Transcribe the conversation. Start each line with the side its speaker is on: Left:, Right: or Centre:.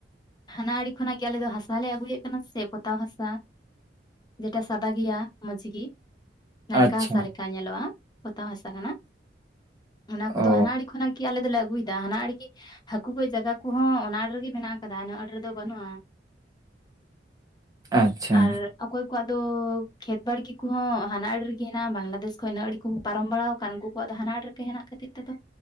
Left: ᱦᱟᱱᱟ ᱟᱲᱤ ᱠᱷᱚᱱᱟᱜ ᱜᱮ ᱟᱞᱮ ᱫᱚ ᱦᱟᱥᱟᱞᱮ ᱟᱹᱜᱩᱭᱮᱫ ᱠᱟᱱᱟ ᱥᱮ ᱯᱚᱛᱟᱣ ᱦᱟᱥᱟ᱾ ᱡᱮᱴᱟ ᱥᱟᱫᱟ ᱜᱮᱭᱟ ᱢᱚᱡᱽ ᱜᱤ, ᱱᱟᱲᱠᱟ
Right: ᱟᱪᱪᱷᱟ
Left: ᱦᱟᱥᱟ ᱞᱮᱠᱟ ᱧᱮᱞᱚᱜ-ᱟ, ᱯᱚᱛᱟᱣ ᱦᱟᱥᱟ ᱠᱟᱱᱟ ᱚᱱᱟ ᱠᱚᱫᱚ
Right: ᱚ
Left: ᱦᱟᱱᱟ ᱟᱲᱤ ᱠᱷᱚᱱᱟᱜᱤ ᱟᱞᱮ ᱞᱮ ᱟᱹᱜᱩᱭᱮᱫᱟ ᱦᱟᱱᱟ ᱟᱲᱜᱮ ᱦᱟᱹᱠᱩ ᱡᱟᱭᱜᱟ ᱠᱚᱦᱚᱸ ᱚᱱᱟ ᱟᱲᱮ ᱨᱮᱜᱮ ᱢᱮᱱᱟᱜ-ᱟ᱾ ᱟᱱᱟ ᱟᱸᱴ ᱨᱮᱫᱚ ᱵᱟᱹᱱᱩᱜ-ᱟ
Right: ᱟᱪᱪᱷᱟ
Left: ᱟᱨ ᱚᱠᱚᱭ ᱠᱚᱣᱟᱜ ᱫᱚ ᱠᱷᱮᱛ ᱵᱟᱲᱠᱤ ᱠᱚᱦᱚᱸ ᱦᱟᱱᱟ ᱟᱲᱮ ᱨᱮᱜᱮ ᱦᱮᱱᱟᱜ-ᱟ, ᱵᱟᱝᱞᱟᱫᱮᱥ ᱠᱷᱚᱱ ᱤᱱᱟᱹ ᱟᱲᱮ ᱠᱩ ᱯᱟᱨᱚᱢ ᱵᱟᱲᱟ ᱟᱠᱟᱱ ᱩᱱᱠᱩ ᱠᱚᱣᱟᱜ ᱫᱚ ᱦᱟᱱᱟᱴ ᱨᱮᱜ ᱦᱮᱱᱟᱜᱟᱹᱛᱤᱨᱮᱫᱚ